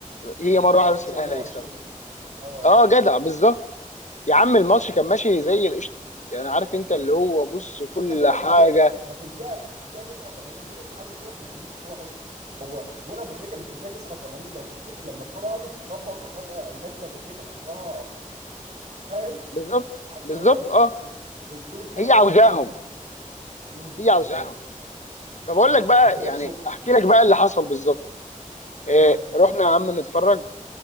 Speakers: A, on the left; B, on the right.
A: هي
B: الزمالك
A: مره واحده بس
B: هيكسب
A: في الاهلي
B: 120
A: هيكسبها
B: اه
A: اه جدع بالظبط يا عم الماتش كان ماشي زي القشطه يعني عارف انت اللي هو بص
B: حتى
A: كل
B: جون
A: حاجه
B: ابو تريكه ده في الدقيقه في الدقيقه 89 جون التعادل سيبك من جونين اسامه حسني هو جون ابو تريكه اللي في الدقيقه 89 لو تفتكر لما الكره قعدت تخبط وفجاه جت لابو تريكه حطها فاهم
A: بالظبط
B: حتى
A: بالظبط
B: هو
A: اه
B: الجون الثاني
A: هي
B: حتى
A: عاوزاهم
B: جه تخبيط بت- مم،
A: هي عاوزاهم
B: بالظبط
A: فبقول
B: آه،
A: لك بقى
B: بصوا
A: يعني احكي لك بقى اللي حصل بالظبط إيه
B: مم،
A: رحنا يا عم نتفرج